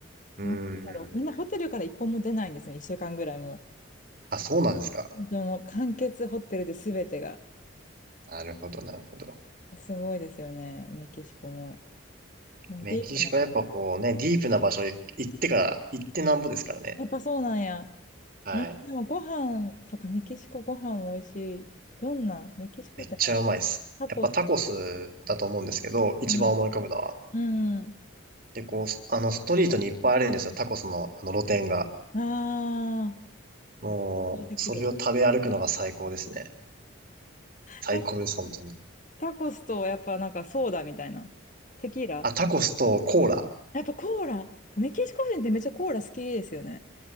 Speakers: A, on the right; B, on the left.
A: うーん。
B: もうなんだろう、みんなホテルから一本も出ないんですね、一週間ぐらいも。
A: あ、そうなんですか。
B: でも、完結ホテルで全てが。
A: なるほど、なるほど。
B: すごいですよね、メキシコも。でも、
A: メキシコはやっぱこうね、
B: ディープな。
A: ディープな場所へ行ってから、行ってなんぼですからね。
B: やっぱそうなんや。
A: はい。
B: え、でもご飯、そうか、メキシコご飯も美味しい。どんなメキシコってないや
A: めっちゃうまいです。
B: タコス。
A: やっぱタコスだと思うんですけど、一番思い浮かぶのは。
B: うん。うん。
A: で、こう、あの、ストリートにいっぱいあるんですよ。タコスの、あの、露店が。
B: ああ。
A: もう、
B: できる。
A: それを食べ歩くのが最高ですね。最高です、
B: タコ、
A: 本当に。
B: タコスとやっぱなんかソーダみたいな。テキーラ
A: あ、タコスとコーラ。
B: やっぱコーラ。メキシコ人ってめっちゃコーラ好きですよね。